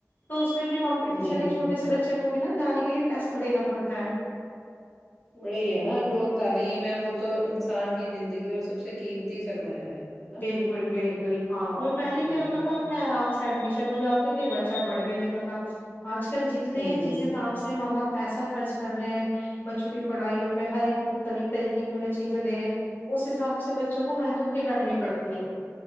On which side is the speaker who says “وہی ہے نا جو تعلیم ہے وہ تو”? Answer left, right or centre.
Centre